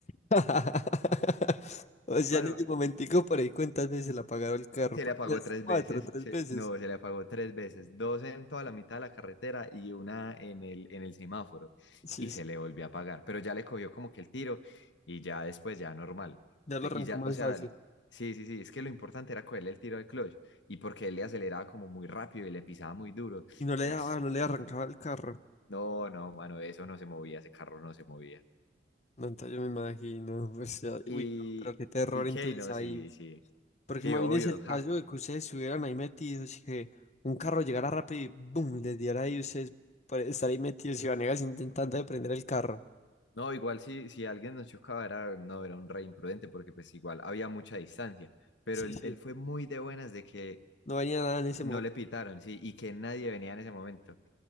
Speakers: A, on the left (about 40°); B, on the left (about 80°).
A: <laughs> O sea,
B: Bueno,
A: en ese momentico por ahí cuántas veces le apagado el carro,
B: Se
A: por
B: le apagó
A: unas
B: tres
A: cuatro,
B: veces,
A: tres
B: se-
A: veces.
B: no, se le apagó tres veces, dos en toda la mitad de la carretera y una en el, en el semáforo.
A: Sí,
B: Y
A: sí,
B: se le volvió a apagar, pero ya le cogió como que el tiro y ya después ya normal.
A: ya
B: Te-
A: lo arrancó
B: Y ya,
A: más
B: o sea,
A: fácil.
B: sí, sí, sí, es que lo importante era cogerle el tiro al clutch y porque él le aceleraba como muy rápido y le pisaba muy duro.
A: Y no le
B: Entonces,
A: daba, no le arrancaba el carro.
B: no, no, mano, eso no se movía, ese carro no se movía.
A: No, entonces yo me imagino, pues, ya-
B: Y,
A: uy, no, pero qué terror
B: y
A: entonces
B: qué, no,
A: ahí.
B: sí, sí,
A: Porque
B: sí,
A: imagínense
B: obvio,
A: el
B: ja.
A: caso de que ustedes estuvieran ahí metidos y que un carro llegara rápido y boom, y les diera ahí ustedes por estar ahí metidos y Vanegas intentando de prender el carro.
B: No, igual si, si alguien nos chocaba era, no, era un re imprudente porque pues igual había mucha distancia, pero
A: Sí,
B: él,
A: sí,
B: él fue muy de buenas de que
A: no venía nada en ese
B: no
A: momento.
B: le pitaron, sí, y que nadie venía en ese momento.